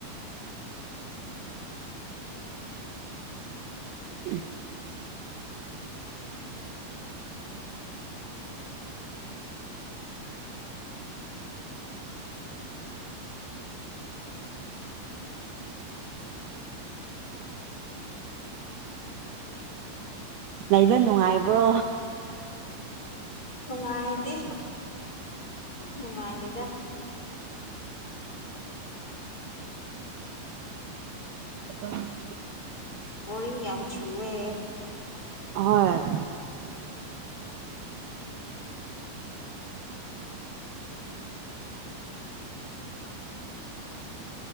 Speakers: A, on the right (about 85°); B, on the left (about 25°).
A: ꯎꯝ ꯂꯩꯕ ꯅꯨꯡꯉꯥꯏꯕ꯭ꯔꯣ
B: ꯅꯨꯡꯉꯥꯏꯗꯦ ꯅꯨꯡꯉꯥꯏꯗꯦꯗ
A: ꯑ
B: ꯣꯔꯤꯡ ꯌꯥꯝ ꯌꯥꯝ ꯆꯨꯋ
A: ꯍꯣꯏ
B: <inaudible>